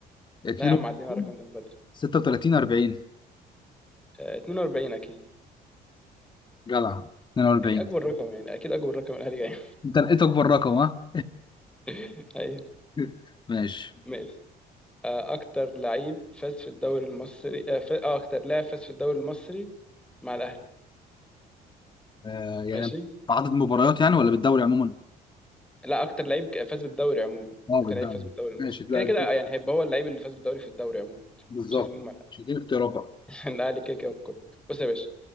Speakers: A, on the left; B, in the centre.
A: 32
B: لا يا عم عدينا على الرقم ده من بدري
A: 36 40
B: آه 42 اكيد
A: جدع 42
B: أك- اكبر رقم يعني اكيد اكبر رقم الاهلي جاي
A: انت لقيت اكبر رقم ها
B: <laughs> ايوه
A: <laughs> ماشي
B: ماشي آه اكتر لعيب فاز في الدوري المصري اه ف- آه، اكتر لاعب فاز في الدوري المصري مع الاهلي
A: آه يعني
B: ماشي
A: بعدد مباريات يعني ولا بالدوري عموما؟
B: لا اكتر لعيب ك- فاز بالدوري عموما
A: اه
B: اكتر
A: بالدوري
B: لعيب فاز بالدوري المصري
A: ماشي لا
B: كده كده يعني هيبقى هو اللعيب اللي فاز بالدوري في الدوري عموما فاهم
A: بالظبط
B: مش لازم <laughs> هم-
A: مش دي اختيارات بقى
B: الاهلي كده كده في الكوره بص يا باشا